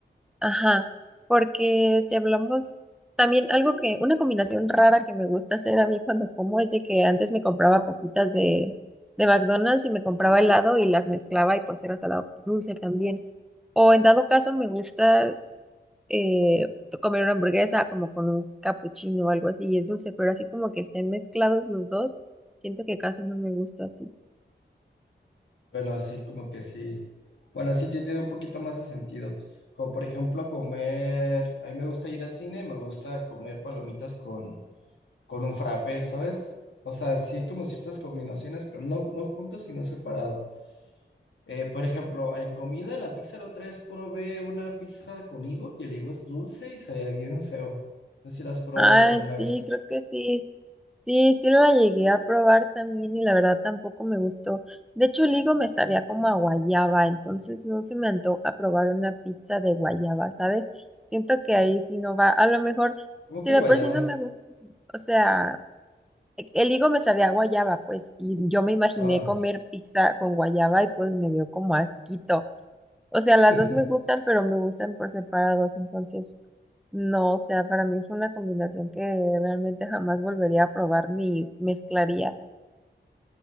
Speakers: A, in the centre; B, on the left.
A: Ajá, porque si hablamos también algo que, una combinación rara que me gusta hacer a mí cuando como es de que antes me compraba papitas de, de McDonald's y me compraba helado y las mezclaba y pues era salado dulce también. O en dado caso me gusta eh, comer una hamburguesa como con un cappuccino o algo así y es dulce, pero así como que estén mezclados los dos, siento que casi no me gusta así.
B: Bueno, así como que sí. Bueno, así sí tiene un poquito más de sentido. Como por ejemplo comer, a mí me gusta ir al cine y me gusta comer palomitas con, con un frappé, ¿sabes? O sea, sí como ciertas combinaciones, pero no, no juntos, sino separado. Eh, por ejemplo, en comida, la pizza la otra vez probé una pizza con higo y el higo es dulce y sabía bien feo. No sé si la has probado
A: Ay,
B: al- alguna
A: sí,
B: vez.
A: creo que sí. Sí, sí la llegué a probar también y la verdad tampoco me gustó. De hecho, el higo me sabía como a guayaba, entonces no se me antoja probar una pizza de guayaba, ¿sabes? Siento que ahí sí no va. A lo mejor,
B: ¿Cómo
A: si
B: que
A: de
B: guayaba?
A: por sí no me gusta, o sea, e- el higo me sabía a guayaba, pues, y yo me imaginé
B: Ah,
A: comer pizza con guayaba y pues me dio como asquito. O sea,
B: <laughs>
A: las dos me gustan, pero me gustan por separados, entonces no, o sea, para mí fue una combinación que realmente jamás volvería a probar ni mezclaría.